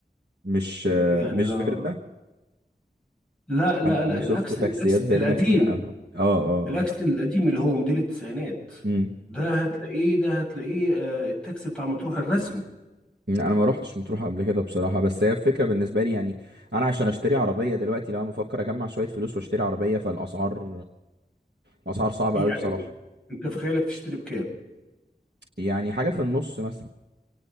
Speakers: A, on the right; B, in the centre.
A: مش آه،
B: يعني
A: مش
B: لا
A: فيرنا
B: لا لا
A: انا
B: لا
A: انا شفت
B: الاكسنت
A: تاكسيات
B: الاكسنت
A: فيرنا
B: القديم
A: كتير قوي اه اه
B: الاكسنت
A: اه
B: القديم اللي هو موديل التسعينات
A: مم.
B: ده هتلاقيه ده هتلاقيه آه التاكسي بتاع مطروح الرسمي
A: لا، انا ما روحتش مطروح قبل كده بصراحة بس هي الفكرة بالنسبة لي يعني انا عشان اشتري عربية دلوقتي لو انا بفكر اجمع شوية فلوس واشتري عربية فالاسعار الاسعار صعبة
B: يعني
A: قوي بصراحة
B: انت في خيالك تشتري بكام؟
A: يعني حاجة في النص مثلا